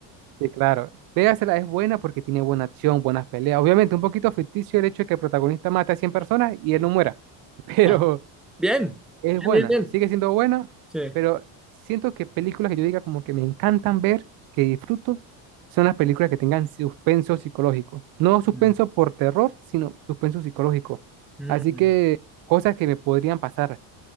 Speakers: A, on the right; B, in the centre.
A: Sí, claro. Véasela, es buena porque tiene buena acción, buenas peleas. Obviamente, un poquito ficticio el hecho de que el protagonista mate a 100 personas y él no muera. <laughs> Pero
B: Ah, bien,
A: es
B: bien,
A: buena,
B: bien, bien.
A: sigue siendo buena,
B: Sí.
A: pero siento que películas que yo diga como que me encantan ver, que disfruto, son las películas que tengan suspenso psicológico. No suspenso
B: Mm,
A: por terror, sino suspenso psicológico.
B: mm,
A: Así que cosas que me podrían pasar